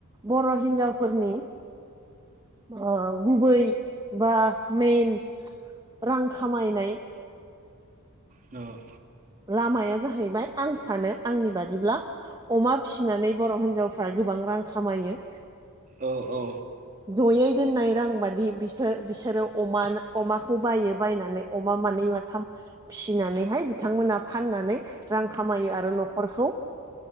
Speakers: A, on the right; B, on the right.
A: बर' हिनजावफोरनि ओ गुबै बा मेन रां खामायनाय
B: औ।
A: लामाया जाहैबाय आं सानो आंनि बादिब्ला अमा फिसिनानै बर' हिनजाव फ्रा गोबां रां खामायो।
B: औ औ।
A: जयै दोननाय रां बादि बिफोर बिसोरो अमानो अमाखौ बायो बायनानै अमा मानै माथाम फिसिनानैहाय बिथांमोनहा फाननानै रां खामायो आरो न'खरखौ